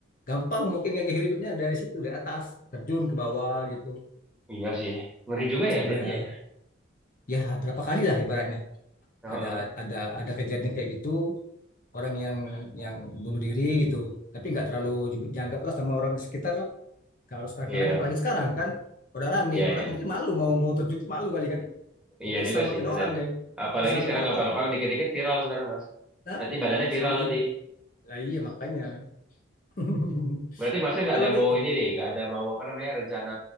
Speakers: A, on the left (about 45°); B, in the centre.
A: gampang mungkin ngakhiri hidupnya dari situ dari atas terjun ke bawah gitu.
B: iya sih ngeri juga ya
A: Iya.
B: berarti ya
A: Ya berapa kali lah ibaratnya
B: Ah, ah.
A: ada ada ada kejadian kayak gitu orang yang yang bunuh diri gitu tapi nggak terlalu dianggap lah sama orang sekitar lah kalau sekarang
B: iya
A: sekarang apalagi sekarang kan udah rame
B: iya
A: orang
B: iya
A: mungkin malu mau mau terjun malu kali kan
B: Iya
A: mungkin
B: juga
A: selamatin
B: sih, bener.
A: orang deh
B: Apalagi
A: diselamatin
B: sekarang
A: orang
B: gampang-gampang
A: kalau
B: dikit-dikit viral sekarang, Mas.
A: ah
B: Nanti badannya viral
A: selamatin
B: nanti.
A: lah iya makanya <laughs>
B: Berarti Masnya nggak
A: kalau
B: ada
A: di
B: mau ini nih, nggak ada mau apa namanya rencana